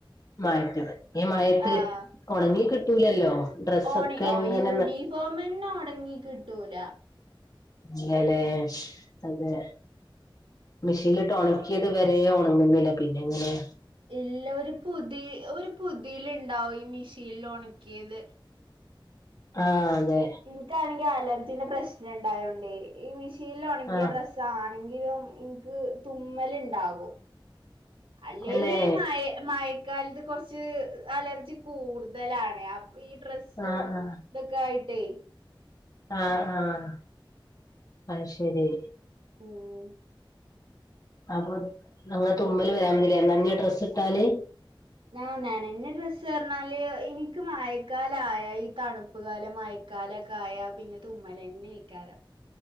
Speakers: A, on the left; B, on the right.
A: <unintelligible> ഈ മഴയത്ത്
B: ആഹ്
A: ഒണങ്ങി കിട്ടൂലല്ലോ. ഡ്രസ്സൊക്കെ
B: ഓണി ഓ
A: ഇങ്ങനെ
B: യൂണിഫോമന്നോണങ്ങി കിട്ടൂല
A: ഇങ്ങനേ അതെ മെഷീനിലിട്ട് ഒണക്കിയത് വരെ ഒണങ്ങുന്നില്ല പിന്നെങ്ങനെയാ.
B: ഇല്ല ഒരു പുതി ഒരു പുതീലിണ്ടാവും ഈ മിഷീലിലൊണക്കിയത്
A: ആഹ് അതെ
B: എനിക്കാണെങ്കിൽ അലർജീന്റെ പ്രശ്നൊണ്ടായോണ്ടെ ഈ മിഷീലൊണക്കിയ
A: ആഹ്
B: ഡ്രസ് സണെങ്കിലും ഇന്ക്ക് തുമ്മലിണ്ടാകു അല്ലേലീ
A: തന്നെ
B: മായ മയക്കാലത്ത് കൊറച്ച് അലർജി കൂടുതലാണെ അപ്പൊയീ ഡ്രസ്സും
A: ആഹ് ആഹ്
B: ഇതൊക്കായിട്ടേ
A: ആഹ് ആഹ് അയ്ശെരി
B: ഉം
A: അപ്പൊ <unintelligible> തുമ്മല് വരാഞ്ഞില്ലേ നഞ്ഞ ഡ്രെസ്സിട്ടാല്
B: ആഹ് നനഞ്ഞ ഡ്രസ്സ്ർഞ്ഞാല് ഇനിക്ക് മയക്കാലായ ഈ തണു ഉപ്പുകാല മഴക്കാലക്കായ പിന്നെ തുമ്മലന്നെയിക്കാരം